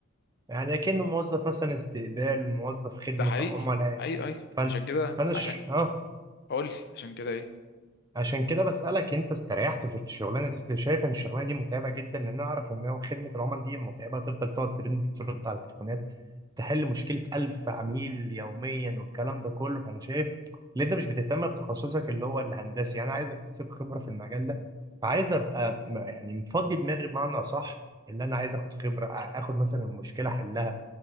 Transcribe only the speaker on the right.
يعني اكنه موظف مثلا استقبال موظف خدمه
عملاء
فانت
فانا ش...
اه
عشان كده بسألك انت استريحت في الشغلانه دي است- شايف ان الشغلانه دي متعبه جدا لان انا اعرف ان هو خدمه العملاء دي متعبه تفضل تقعد ترد ترد على التليفونات تحل مشكله ألف عميل يوميا والكلام ده كله فانا شايف ان انت مش بتهتم بتخصصك اللي هو الهندسي يعني انا عايز اكتسب خبره في المجال ده فعايز ابقى م- يعني مفضي دماغي بمعنى اصح اللي انا عايز اخد خبره ا- اخد مثلا المشكله احلها